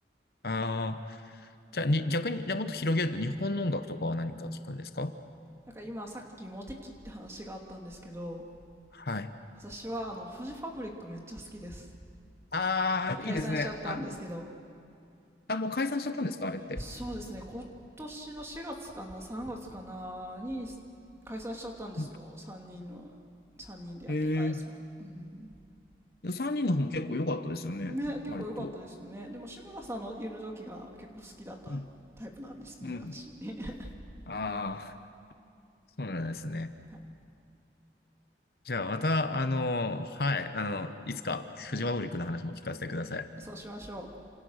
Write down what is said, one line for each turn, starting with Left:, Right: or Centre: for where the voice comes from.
Left: ああ、じゃあに、逆に、じゃあもっと広げると日本の音楽とかは何か聞くんですか
Right: なんか今さっきモテ期って話があったんですけど、
Left: はい。
Right: 私はあの、フジファブリックめっちゃ好きです。
Left: ああ、
Right: 解散しちゃったんですけど、
Left: いいですね。あの、あ、もう解散しちゃったんですかあれって。
Right: そうですね、今年の4月かな、3月かなに解散しちゃったんですよ。
Left: うん
Right: 3人の、3人でやってたやつも。
Left: へえ。
Right: うん。
Left: 3人の方も結構良かったですよね。
Right: ね、結構良かったですよね。
Left: 割と。
Right: でも志村さんのいる時が結構好きだったタイプなんですね、
Left: うん。うん。
Right: 私。<laughs>
Left: ああ、そうなんですね。
Right: はい。
Left: じゃあまた、あの、はい、あの、いつかフジファブリックの話も聞かせてください。
Right: そうしましょう。